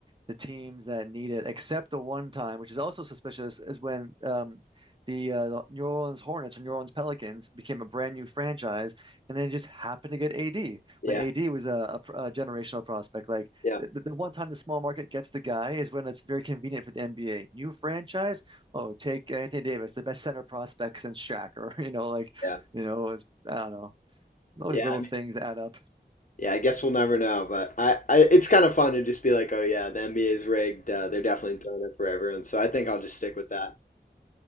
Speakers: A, on the right; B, on the left.
A: the teams that need it, except the one time, which is also suspicious, is when um, the uh, the New Orleans Hornets or New Orleans Pelicans became a brand new franchise, and then just happened to get AD
B: yeah,
A: when AD was a, a, a generational prospect. Like
B: yeah,
A: the, the one time the small market gets the guy is when it's very convenient for the NBA. New franchise, oh, take Anthony Davis, the best center prospect since Shaq, or <laughs> you know, like
B: yeah,
A: you know, it's, I don't know. All
B: yeah,
A: these little things add up.
B: yeah. I guess we'll never know, but I, I it's kind of fun to just be like, oh yeah, the NBA's rigged. Uh, they're definitely throwing it for everyone. So I think I'll just stick with that.